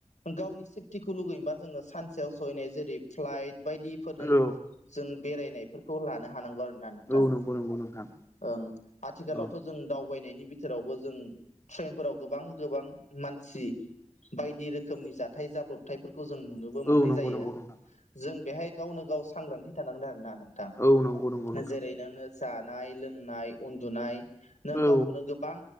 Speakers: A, on the left; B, on the left.
A: गावनि सेपतिखौ लुगैयोबा जोङो सानसेयाव सहैनाय जेरै फ्लाइट बायदिफोरजों
B: औ
A: जों बेरायनायफोरखौ लानो हानांगौ आरो ना नोंथां।
B: औ नंगौ नंगौ नोंथां
A: ओं आथिखालावथ'
B: औ
A: जों दावबायनायनि बिथोरावबो जों ट्रेनफोराव गोबां-गोबां मानसि बायदि रोखोमनि जाथाय जाब्रबथायफोरखौ जों नुनो बो मोननाय
B: औ नंगौ
A: जायो
B: नंगौ नोंथां
A: जों बेहाय गावनो गाव सांग्रांथि थानांगोन आरोना नों थां
B: औ नंगौ नंगौ नोंथां
A: जेरै नोङो जानाय लोंनाय उन्दुनाय नों
B: औ
A: गावखौनो गोबां